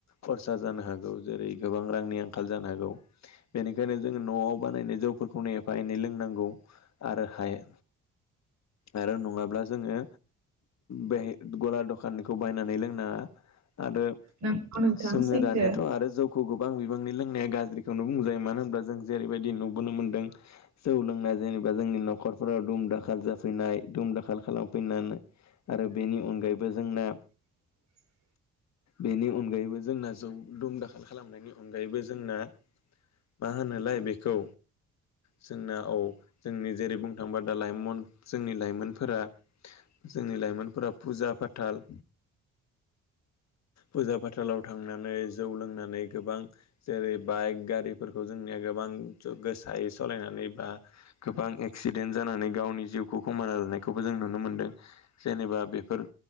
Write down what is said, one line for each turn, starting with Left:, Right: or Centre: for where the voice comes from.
Left: खरसा जानो हागौ जेरै गोबां रांनि आंखाल जानो हागौ। बेनिखायनो जों न'आव बानायनाय जौफोरखौनो एफा एनै लोंनांगौ। आरो हाय आरो नङाब्ला जोङो बेहाय गला दख खाननिखौ बायनानै लोंनाङा आरो
Right: नंगौ नोंथां
Left: जोङो
Right: सैथो
Left: दानियाथ' आरो जौ खौ गोबां बिबांनि लोंनाया गाज्रिखौनो बुंजायो मानो होनब्ला जों जेरैबायदि नुबोनो मोन्दों। जौ लोंनाय जेनेबा जोंनि न'खरफोराव दुम दाखाल जाफैनाय दुम दाखाल खालामफैना आरो बेनि अनगायैबो जोंना
Right: <inaudible>
Left: बेनि अनगायैबो जोंना जौ दुम दाखाल खालामनायनि अनगायैबो जोंना मा होनोलाय बेखौ जोंना औ जोंनि जेरै बुंनो थांबा दा लाइमन जोंनि लाइमोनफोरा जोंनि लाइमोनफोरा फुजा फाथाल फुजा फाथालाव थांनानै जौ लोंनानै गोबां जेरै बाइक गारिफोरखौ जोंनिया गोबां ज गोसायै सालायनानै बा गोबां एक्सिडेन्ट जानानै गावनि जिउखौ खोमाना लानायखौबो जों नुनो मोनदों। जेनेबा बेफोर